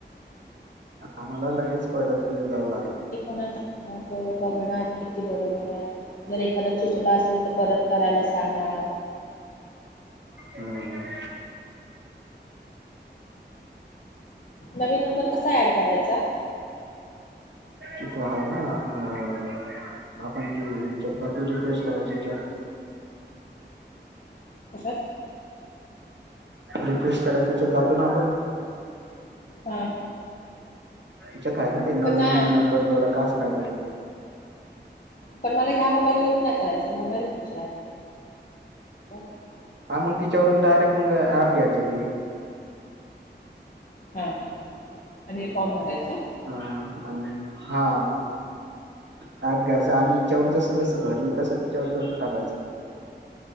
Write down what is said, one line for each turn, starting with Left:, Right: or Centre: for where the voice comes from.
Right: आम्हाला लगेच पडत दि जाऊ लागले.
Left: ते कोणाच मग बघणार किती बरोबर आहे. जर एखादा चुकला असेल तर परत करायला सांगणार.
Right: हम्म.
Left: नवीन नंबर कसा ऍड करायचा.
Right: तथ आहे ना अ. आपण ती च्यात रिफ्रेश करायचीत.
Left: कशात.
Right: रिफ्रेश करायची याच्यात जातो ना आपण.
Left: हा,
Right: त्यात आहे ना ते नवीन
Left: पण नाही
Right: नंबर जोडा का असकाय.
Left: पण मला ह्या मोबाईलवरून नाही करायचां मोबाईलच दुसरा. होओ <inaudible>
Right: हा मग तिच्यावरून डायरेक्ट मग ॲप घ्यायचं ते.
Left: हा हा आणि हे फॉर्म भरायचं.
Right: हा आणि हा. ॲप घ्यायचा आणि यीच्यावर जस जसं भरलं तसं तीच्यावर भरून टाकायच.